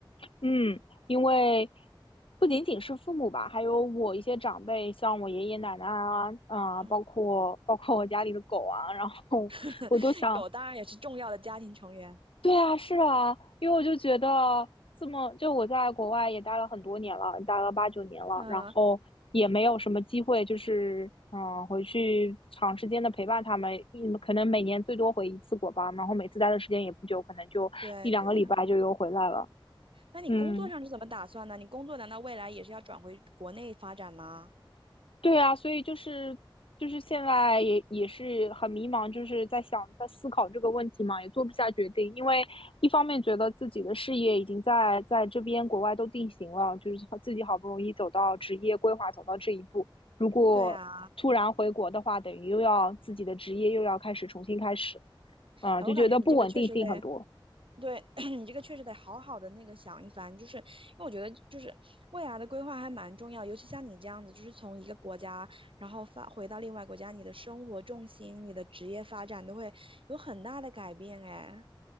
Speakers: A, on the left; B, on the right.
A: 嗯，因为不仅仅是父母吧，还有我一些长辈，像我爷爷奶奶啊，啊、
B: 嗯，
A: 包括包括我家里的狗啊，然后我都想，
B: <laughs> 狗当然也是重要的家庭成员。
A: 对啊，是啊，因为我就觉得这么，就我在国外也待了很多年了，待了八九年了，
B: 嗯，
A: 然后也没有什么机会，就是嗯、回去长时间的陪伴他们，嗯，可能每年最多回一次国吧，然后每次待的时间也不久，可能就一两个礼拜就又回来了，
B: 对对。那你工作上是怎么打算呢？
A: 嗯。
B: 你工作难道未来也是要转回国内发展吗？
A: 对啊，所以就是就是现在也也是很迷茫，就是在想在思考这个问题嘛，也做不下决定，因为一方面觉得自己的事业已经在在这边国外都定型了，就是好自己好不容易走到职业规划走到这一步，如果突然回国的话，
B: 对啊，
A: 等于又要自己的职业又要开始重新开始，嗯，
B: 哎，
A: 就觉得不稳定性很多。
B: 我感觉你这个确实得。对 <clears throat> 你这个确实得好好的那个想一番，就是因为我觉得就是未来的规划还蛮重要，尤其像你这样子，就是从一个国家然后发回到另外国家，你的生活重心、你的职业发展都会有很大的改变。哎，